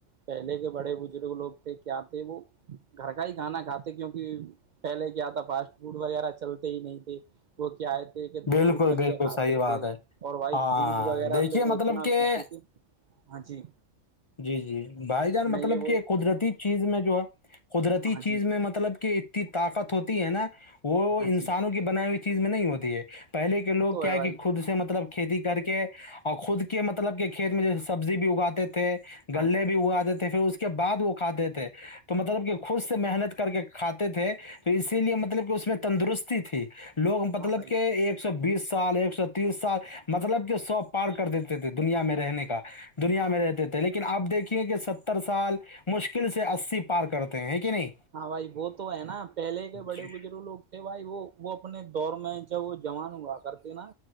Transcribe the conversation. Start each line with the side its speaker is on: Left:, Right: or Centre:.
Right: پہلے کے بڑے بزرگ لوگ تھے کیا تھے وہ گھر کا ہی کھانا کھاتے کیونکہ پہلے کیا تھا فسٹ فوڈ وغیرہ چلتے ہی نہیں تھے وہ کیا ہے ٹھیک ہے
Left: بالکل
Right: دودھ دلیا
Left: بالکل
Right: کھاتے
Left: صحیح بات
Right: تھے
Left: ہے
Right: اور بھایی
Left: ہاں
Right: دودھ وغیرہ
Left: دیکھیے
Right: تو وہ
Left: مطلب
Right: اتنا
Left: کہ
Right: پیتے تھے ہاں جی
Left: جی جی بھائی جان مطلب
Right: میں یہ بول
Left: کہ قدرتی چیز میں جو ہے قدرتی
Right: ہاں
Left: چیز
Right: جی
Left: میں مطلب کہ اتنی طاقت ہوتی ہے نا وہ
Right: ہاں
Left: انسان
Right: جی وہ
Left: یہ بنائی ہوئی چیز میں نہیں ہوتی ہے پہلے کے لوگ
Right: تو
Left: کیا
Right: ہے
Left: ہےکہ
Right: بھائی
Left: خود سے مطلب کھیتی کر کے اور خود کے مطلب کے کھیت میں جیسے سبزی بھی اگاتے تھے گلے
Right: ہاں جی
Left: بھی وہ عادت ہے پھر اس کے بعد وہ کھاتے تھے تو مطلب کہ خود سے محنت کر کے کھاتے تھے تو اسی لیے مطلب کہ اس نے تندرستی تھی لوگ مطلب
Right: ہاں بھائی
Left: کہ ایکسوبیس سال ایکسوتس سال مطلب کہ سو پارکر دیتے تھے دنیا میں رہنے کا دنیا میں رہتے تھے لیکن اب دیکھیے کہ ساتر سال مشکل سے آسی پار کرتے ہیں کہ نہیں
Right: ہاں بھائی وہ تو ہے نا پہلے کے بڑے
Left: جی
Right: بجروگ لوگ نہیں بھائی وہ اپنے دور میں کیا وہ جوان ہوا کرتے نا